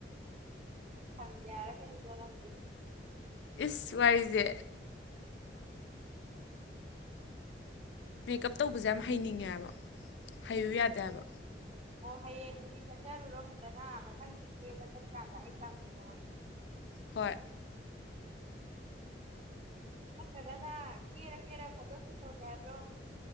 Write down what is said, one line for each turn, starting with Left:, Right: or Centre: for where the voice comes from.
Right: ꯁꯪꯗꯦ ꯑꯔ ꯀꯟ ꯕꯔꯥꯎꯦ
Left: ꯏꯁ ꯋꯥꯏꯁꯦ ꯃꯦꯀꯞ ꯇꯧꯕꯁꯦ ꯌꯥꯝ ꯍꯩꯅꯤꯡꯉꯦꯕ ꯍꯩꯌꯨ ꯌꯥꯗꯦꯕ
Right: ꯑꯣ ꯍꯌꯦꯡꯗꯨꯗꯤ ꯆꯠꯆꯔꯨꯔꯣ ꯐꯖꯅ ꯃꯊꯪ ꯍꯤꯛꯀꯦꯕ ꯆꯠꯀꯥꯟꯗ ꯑꯩ ꯇꯝꯒꯦꯅꯣ
Left: ꯍꯣꯏ
Right: ꯍꯠꯇ꯭ꯔꯒꯅꯥ ꯀꯦꯔ ꯀꯦꯔ ꯐꯣꯇꯣ ꯁꯠꯒꯦ ꯍꯥꯏꯕ꯭ꯔꯣ